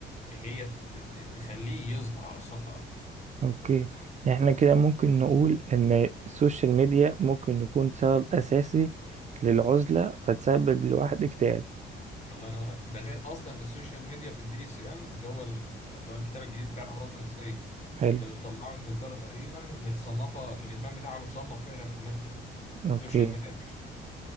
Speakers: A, on the left; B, on the right.
A: هي ت- ت- تخليه يظهر على السطح أكتر
B: اوكي احنا كده ممكن نقول ان السوشيال ميديا ممكن نكون سبب اساسي للعزلة فتسبب لواحد اكتئاب
A: الله ينور عليك ده غير أصلا إن السوشيال ميديا في الدي اس إم اللي هو ال- اللي هو الكتاب الجديد بتاع الأمراض النفسية
B: حلو
A: اللي بتطلعه إنجلترا تقريبا متصنفة الإدمان بتاعها متصنف فعلا إدمان فيه
B: اوكي
A: سوشيال ميديا